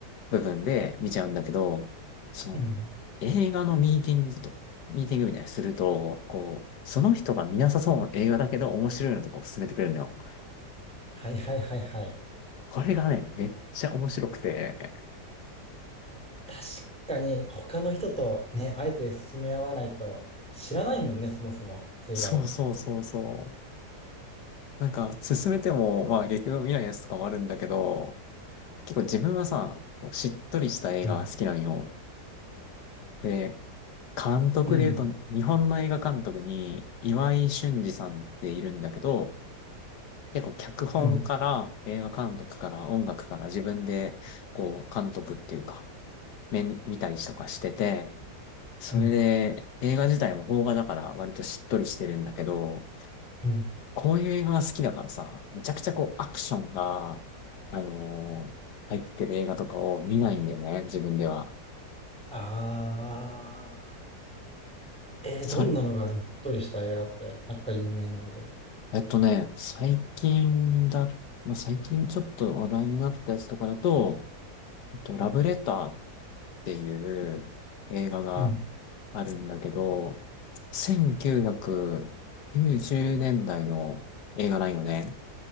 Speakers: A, on the left; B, in the centre.
A: 部分で見ちゃうんだけど、その映画のミーティングと、
B: うん。
A: ミーティングみたいにすると、こう、その人が見なさそうな映画だけど面白いのとかを勧めてくれるのよ。
B: はいはいはいはい。
A: これがね、めっちゃ面白くて、
B: 確かに他の人とね、あえて進め合わないと知らないもんね、そもそも映画を。
A: そうそうそうそう。なんか、進めても、まあ結局見ないやつとかもあるんだけど、結構自分はさ、こうしっとりした映画が好きなんよ。
B: うん。
A: で、監督で言うと、
B: うん。
A: 日本の映画監督に岩井俊二さんっているんだけど、結構脚本から映画監督から音楽から自分で、
B: うん。
A: こう、監督っていうか、面見たりとかしてて、それで映画自体も邦画だから割としっとりしてるんだけど、
B: うん。うん。
A: こういう映画が好きだからさ、めちゃくちゃこうアクションが、あのー入ってる映画とかを見ないんだよね、自分では。
B: ああ。えーどんなのがあるしっとりした映画って、
A: それ、
B: なんか有名なので。
A: えっとね、最近だ、まあ、最近ちょっと話題になったやつとかだと、えっと、ラブレターっていう映画が
B: うん。
A: あるんだけど、1990年代の映画なんよね。